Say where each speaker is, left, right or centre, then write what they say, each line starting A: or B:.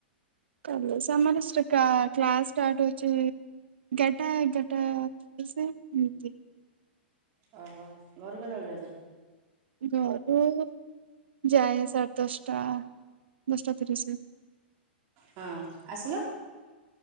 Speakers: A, on the right; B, on the right.
A: କ୍ଲା କ୍ଲାସ୍ ଷ୍ଟାର୍ଟ ହଉଚି ଏଗାରଟା ଏଗାରଟା ତିରିଶି ଏମ୍ତି
B: ଓହୋ ଘରୁ କେତବେଳେ ଯାଉଚ?
A: ଘରୁ ଯାଏ ସାଢ଼େ ଦଶଟା ଦଶଟା ତିରିଶି ରେ।
B: ହଁ ଆସିଲ?